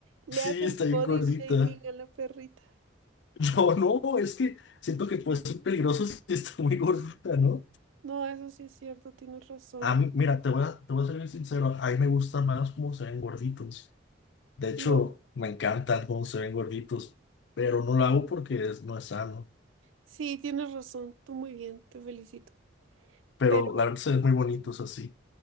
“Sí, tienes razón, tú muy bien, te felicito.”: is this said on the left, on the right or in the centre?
Right